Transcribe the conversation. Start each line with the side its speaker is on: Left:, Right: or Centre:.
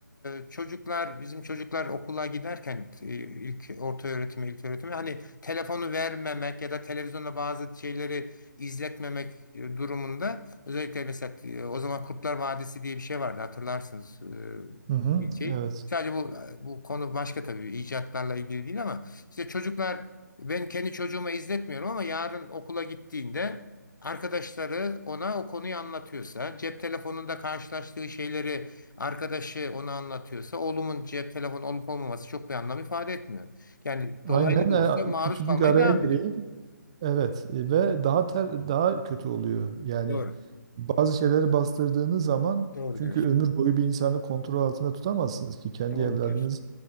Left: e, çocuklar bizim çocuklar okula giderken e, ilk orta öğretime ilk öğretime hani telefonu vermemek ya da televizyonda bazı şeyleri izletmemek e, durumunda özellikle mesela e, o zaman Kurtlar Vadisi diye bir şey vardı hatırlarsınız e,
Right: Hı hı,
Left: ilçeyi.
Right: evet.
Left: Sadece bu e, bu konu başka tabii icatlarla ilgili değil ama işte çocuklar ben kendi çocuğuma izletmiyorum ama yarın okula gittiğinde arkadaşları ona o konuyu anlatıyorsa, cep telefonunda karşılaştığı şeyleri arkadaşı ona anlatıyorsa, oğlumun cep telefonu olup olmaması çok bir anlam ifade etmiyor. Yani dolaylı
Right: Aynen.
Left: da olsa maruz
Right: e, Küçücük
Left: kalmaya
Right: araya
Left: devam
Right: gireyim.
Left: ediyor.
Right: Evet. e, Ve daha ter, daha kötü oluyor. Yani
Left: Doğru.
Right: bazı şeyleri bastırdığınız zaman
Left: Doğru
Right: çünkü
Left: diyorsun.
Right: ömür boyu bir insanı kontrol altında tutamazsınız ki kendi
Left: Doğru
Right: evladınız.
Left: diyorsun.